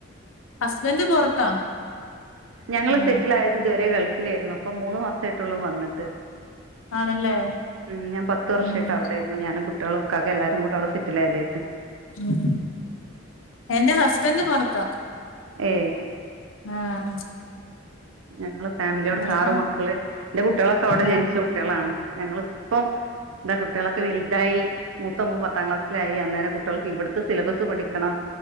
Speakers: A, on the left; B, on the right.
A: ഹസ്ബന്ന്റ് പൊറത്താ
B: ഞങ്ങൾ
A: ഉം
B: സെറ്റിൽ ആയത് ഇതുവരെ ഗൾഫിലേയ്രുന്നു. ഇപ്പൊ മൂന്നു മാസം ആയിട്ടൊള്ളു വന്നിട്ട്
A: ആണല്ലേ
B: ഉം ഞാൻ പത്ത് വർഷമായിട്ട്
A: ഉം
B: അവിടെ ആയിരുന്നു ഞാനും കുട്ടിയോളും ഇക്കാക്കിം എല്ലാരും കൂടെ അവിടെ സെറ്റിൽ ആയതേര്ന്നു
A: ഉം എന്റെ ഹസ്ബന്റ് പൊറത്താ
B: ഏഹ്
A: ആഹ്
B: ഞങ്ങള് ഫാമിലി അവിടെക്കെ
A: അപ്പൊ
B: ആറു മക്കള് എന്റെ കുട്ടികളൊക്കെ അവിടെ ജെനിച്ച
A: ആഹ്
B: കുട്ടികളാണ് ഞങ്ങള് ഇപ്പം എന്താ കുട്ടികളൊക്കെ വലുതായി മൂത്ത മോൻ പത്താം ക്ലാസ്സിലായി അന്നേരം കുട്ടികൾക്ക് ഇവിടുത്തെ സിലബസ് പഠിക്കണം